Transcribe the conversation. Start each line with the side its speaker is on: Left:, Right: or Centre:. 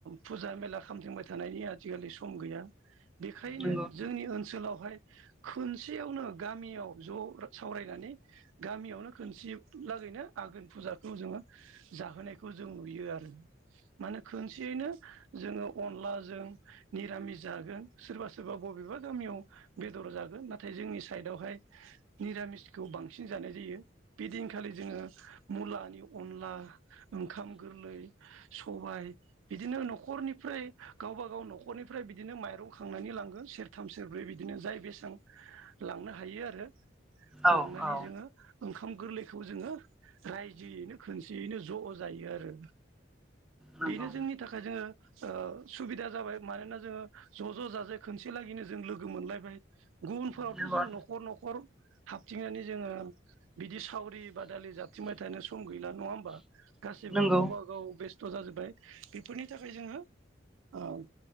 Right: फुजा मेला खामथिंबाय थानायनि आजिखालि सम गैया बेखायनो
Centre: नंगौ
Right: जोंनि ओनसोलाव बेवहाय खोनसेयावनो गामियाव ज' सावरायनानै गामियावनो खोनसे लागैनो आघोन फुजाखौ जोङो जाहोनायखौ जों नुयो आरो मानो खोनसेयैनो जोङो अनलाजों निरामिस जागोन सोरबा सोरबा बबेबा गामियाव बेद दर जागोन नाथाय जोंनि साइदावहाय निरामिसखौ बांसिन जानाय जायो बेदिनखालि जोङो मुलानि अनला ओंखाम गोरलै सबाइ बिदिनो नख खरनिफ्राय गावबा गाव न'खरनिफ्राय बिदिनो माइरं खांनानै लांगोन सेरथाम सेरब्रै बिदिनो जाय बेस सां लांनो हायो आरो
Centre: औ
Right: लांनानै
Centre: औ
Right: जोङो ओं खाम गोरलैखौ जोङो रायजोयैनो खोनसेयैनो ज' जायो आरो
Centre: नंगौ
Right: बेनो जोंनि थाखाय जोङो ओ सुबिदा जाबाय मानोना जोङो ज' ज' जाजाय खोनसे लागैनो जों लोगो मोन लायबाय। गुबुन फोरावथ'
Centre: नंगौ
Right: जों न'खर न'खर हाबथिं नानै जोङो बिदि सावरि बादालि जााबथिं बाय थानो सम गैला नङा होमबा? गासिबो
Centre: नंगौ
Right: गावबा गाव बेस्थ' जाजोबबाय बेफोरनि थाख खाय जोङो ओ